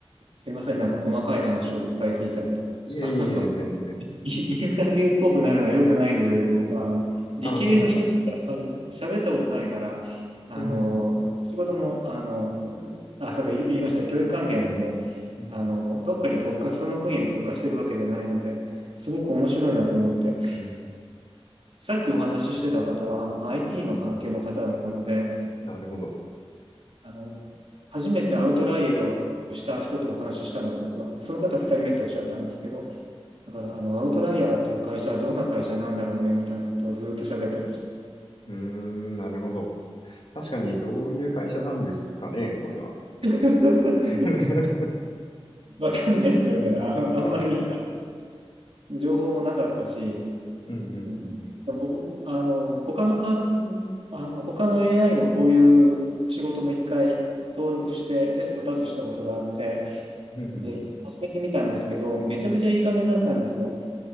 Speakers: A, on the right (about 65°); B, on the left (about 60°).
A: すいません。なんか細かい話をいっぱい聞いちゃって。
B: いえいえいえ、
A: あの、
B: 全然。
A: イインタビューっぽくなるのは良くないんでしょうけど、僕はあの理系の人ってあんまり喋ったことないから、
B: ああ、そうか。
A: あの、
B: うんうんうん
A: 仕事も、あの、あ、さっき言いましたね、教育関係なんで、
B: うん
A: あの、どっかに特化、その分野に特化してるわけじゃないので、すごく面白いなと思って、
B: うんうん
A: さっきお話ししてた方は、あの、IT の関係の方だったので、
B: なるほど。
A: あの、初めてアウトライヤーをした人とお話ししたので、僕は、その方2人目とおっしゃったんですけど、だから、あの、アウトライヤーっていう会社はどんな会社なんだろうね、みたいなことをずっと喋ってました。
B: うーん、なるほど。確かに、どういう会社なんですかね、これは。
A: <laughs>
B: <laughs>
A: わかんないですよね。あ、
B: わ、
A: あんまりあ
B: うん
A: 情報もなかったし、
B: うんうん
A: うん、僕、あの、他のか、あの、他の AI のこういう仕事も一回登録してテストパスしたことがあって、
B: うんうんうん
A: で、始めてみたんですけど、めちゃくちゃいい加減だったんですよ。